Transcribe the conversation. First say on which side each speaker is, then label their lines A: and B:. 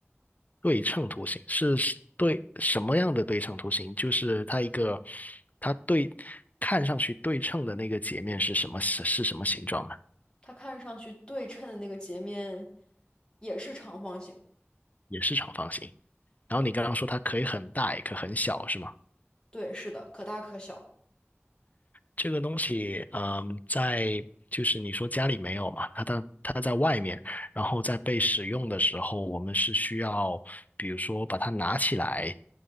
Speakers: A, on the left; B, on the left.
A: 对称图形是对什么样的对称图形？就是它一个，它对看上去对称的那个截面是什么是是什么形状呢？
B: 它看上去对称的那个截面也是长方形。
A: 也是长方形。然后你刚刚说它可以很大，也可以很小，是吗？
B: 对，是的，可大可小，
A: 这个东西，嗯，在就是你说家里没有嘛，它它它在外面，然后在被使用的时候，我们是需要，比如说把它拿起来，